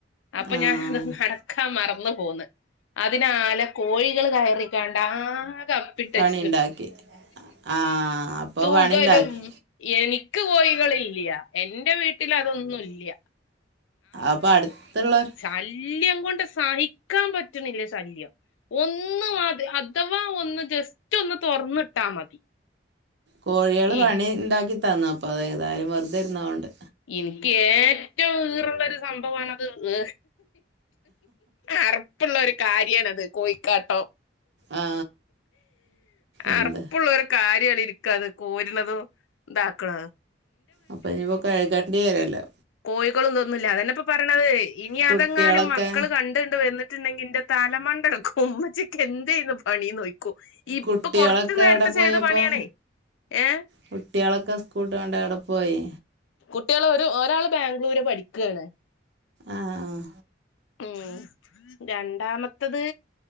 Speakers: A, on the left; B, on the right.
A: അപ്പൊ
B: ആ
A: ഞാൻ അട ക്കാൻ മറന്നു പോന്ന് അതിനാലെ കോഴികള് കയറിക്കാണ്ട് ആകെ- അപ്പിട്ടച്ച്ക്ക്ണ്
B: പണിയിണ്ടാക്കി ആഹ് അപ്പൊ
A: തൂകലും
B: പണിയിണ്ടാക്കി
A: എനിക്ക് കോഴികളില്യാ എന്റെ വീട്ടില് അതൊന്നുല്യാ
B: അപ്പൊ അടുത്ത്ള്ളോര്-
A: ശല്യകൊണ്ട് സഹിക്കാൻ പറ്റ്ണ്ല്യ ശല്യം ഒന്നും അത്- അഥവാ ഒന്ന് ജസ്റ്റൊന്ന് തൊറന്നിട്ടാ മതി
B: കോഴികള്
A: ഈ
B: പണിയിണ്ടാക്കി തന്ന് അപ്പൊ അതേതായാലും വെറുതെ ഇര്ന്നതോണ്ട്
A: ഇൻക്ക് ഏറ്റവും ഈറള്ളൊരു സംഭവമാണ് അത് ഏ അറപ്പ് ഉള്ളൊരു കാര്യാണ് അത് കോഴിക്കാട്ടം
B: ആ എന്ത്
A: അറപ്പ് ഉള്ളൊരു കാര്യാണ് എനിക്ക് അത് കോരണതും ഇതാക്ക്ണതും
B: അപ്പൊ ഇനിയിപ്പെ കഴികേണ്ടി വരല്ലോ
A: കോഴികളും ഇതൊന്നുല്ലാ അത് തന്നെ ഇപ്പൊ പറണത് ഇനി
B: കുട്ടികളൊക്കെ
A: അതെങ്ങാനും മക്കള് കണ്ട്ണ്ട് വന്നിട്ട്ണ്ടെങ്കി ഇൻ്റെ- തലമണ്ടെക്ക് ഒന്ന് - ഉച്ചക്ക് എന്തെ ഇന്ന് പണീന്ന് നോക്കിക്കോ ഇപ്പൊ
B: കുട്ടികളൊക്കെ
A: കൊറച്ച് നേരത്തെ
B: എവിടെ പോയി
A: ചെയ്ത
B: അപ്പോൾ
A: പണിയാണേ ഏയെ
B: കുട്ടികളൊക്കെ സ്കൂട്ടറും കൊണ്ട് എവിടെ പോയി
A: കുട്ടികള് ഒര് ഒരാള് ബാംഗ്ലൂര് പഠിക്കാണ്
B: ആഹ് ആഹ്
A: ഉം രണ്ടാമത്തത്-